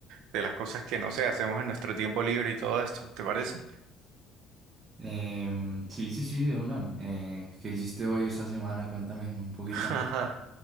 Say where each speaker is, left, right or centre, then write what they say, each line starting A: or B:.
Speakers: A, on the right; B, on the right.
A: de las cosas que, no sé, hacemos en nuestro tiempo libre y todo esto, ¿te parece?
B: Em, sí, sí, sí, de una. Eh, ¿qué hiciste hoy esta semana? Cuéntame un poquito.
A: <laughs> Ajá.
B: <laughs>